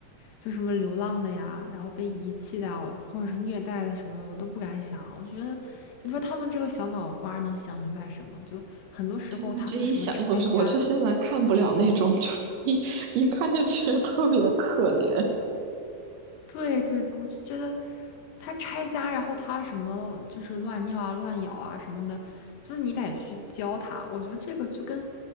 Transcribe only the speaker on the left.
就什么流浪的呀，然后被遗弃的啊或者是虐待的什么的，我都不敢想。我觉得你说他们这个小脑瓜儿能想明白什么？就很多时候他们什么拆家。
对对对，我就觉得他拆家，然后他什么就是乱尿啊、乱咬啊什么的，就是你得去教他。我觉得这个就跟